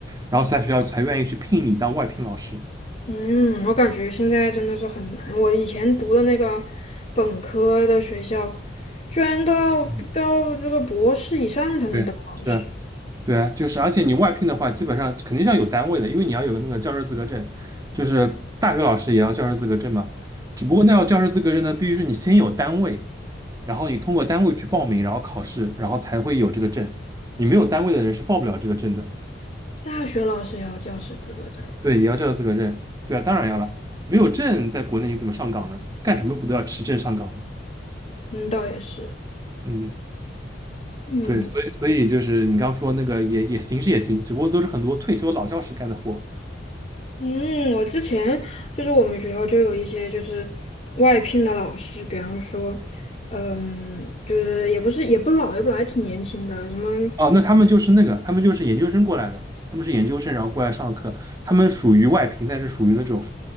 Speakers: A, on the right; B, on the left.
A: 然后其他学校才愿意去聘你当外聘老师。
B: 嗯，我感觉现在真的是很难。我以前读的那个本科的学校，居然都要到这个博士以上才能当老师，
A: 嗯。对，是啊，对啊，就是，而且你外聘的话，基本上肯定是要有单位的，因为你要有个那个教师资格证，就是大学老师也要教师资格证嘛。只不过那要教师资格证呢，必须是你先有单位，然后你通过单位去报名，然后考试，然后才会有这个证。你没有单位的人是报不了这个证的。
B: 大学老师也要教师资格证儿啊。
A: 对，也要教师资格证。对啊，当然要了，没有证在国内你怎么上岗呢？干什么不都要持证上岗吗？
B: 嗯，倒也是。
A: 嗯，
B: 嗯
A: 对，所以所以就是你刚说那个也也行是也行，只不过都是很多退休老教师干的活。
B: 嗯，我之前就是我们学校就有一些就是外聘的老师，比方说，嗯，就是也不是也不老也不老，还挺年轻的，什么
A: 哦，那他们就是那个，他们就是研究生过来的，他们是研究生，然后过来上课，他们属于外聘，但是属于那种